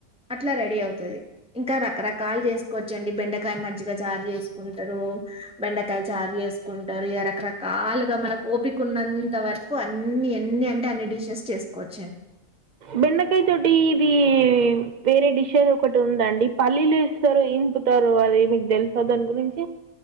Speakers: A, in the centre; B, on the right.
A: అట్లా రెడీ అవుతది ఇంకా రకరకాలు చేసుకోవచ్చండి బెండకాయ మజ్గా జారు చేసుకుంటారు బెండకాయ జారు చే సుకుంటారు ఏరా రకరకాలుగా మనకు ఓపిక ఉన్నంత వరకు అన్ని అన్ని అంటే అన్ని డిషెస్ చేసుకోవచ్చు
B: బెండకాయ తోటి ఇది వేరే డిషెస్ ఒకటి ఉందండి పల్లీలు వేస్తారు ఇంపుతారు అది మీకు తెలుసా దాని గురించి